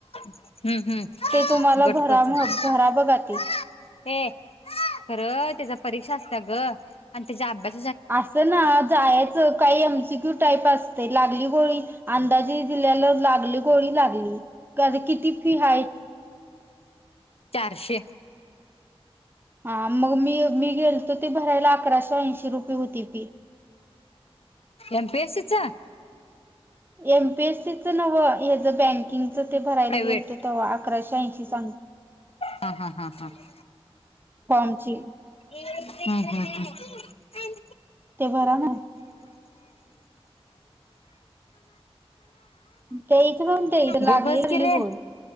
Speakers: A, on the left; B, on the right.
A: हम्म -हम्म
B: ते तुम्हाला
A: <inaudible> गट
B: भरा
A: कच य
B: भरा बघा ते
A: <inaudible> <inaudible> खर त्याच्या परीक्षा असत ग आणि त्याच्या अभ्यास
B: असना जायचं काय एमसीक्यू च टाईप असतय लागली गोळी अंदाजे दिल्याला लागली गोळी -लागली किती फी हाय
A: <inaudible> चारशे
B: हा मग मी -मी गेलतो ते भरायला अकराशे ऐंशी रुपये होती फी
A: <inaudible> एमपीएसीच
B: एमपीएससीच नवं हेच बँकिंगच च ते भरायला
A: प्रायव्हेट
B: गेलतो तव्हा अकराशे ऐंशी सांग
A: हा-हा- हा- हा <inaudible>
B: फॉमची
A: <inaudible> हम्म हम्म
B: ते बराय ना.. तेच म्हणतीये इथ
A: ग
B: लागली
A: बस की
B: हली
A: रे
B: बोली